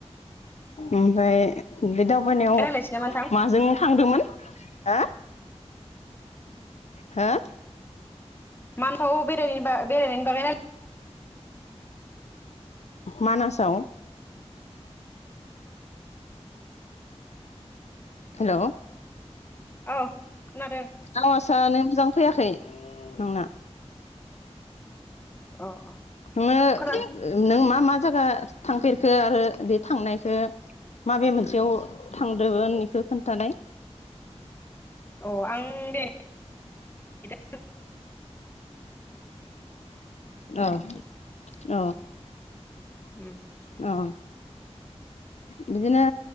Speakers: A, on the left; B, on the left.
A: ओमफाय <inaudible> बे दावबायनायाव
B: रायलायसै नामा नोंथां
A: माजों थांदोंमोन? हा हा?
B: मानसाव बेरायनायनि बेरायनायनि बागै रायलाय
A: मानासाव हेलौ?
B: औ खोनादों।
A: आवासानो मोजां फैयाखै नोंना।
B: अ अ
A: नोङो
B: खोनादों
A: नों मा मा जागा थांफेरखो आरो बे थांनायखो माबे मोनसेयाव थांदोमोन इखो खोन्थानाय।
B: अ आं <unintelligible>
A: औ औ।
B: ओम।
A: अ बिदिनो